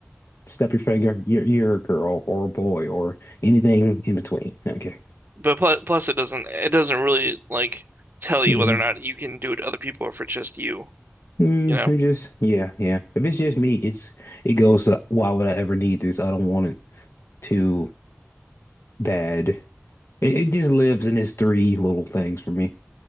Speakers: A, on the left; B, on the right.
A: snap your finger. You're you're a girl or a boy or anything in between. Okay.
B: but plus, plus it doesn't it doesn't really like tell you
A: Mm-hmm.
B: whether or not you can do it to other people or if it's just you,
A: Mm,
B: you know.
A: it just yeah, yeah. If it's just me, it's it goes to why would I ever need this? I don't want it too bad. It, it just lives in its three little things for me.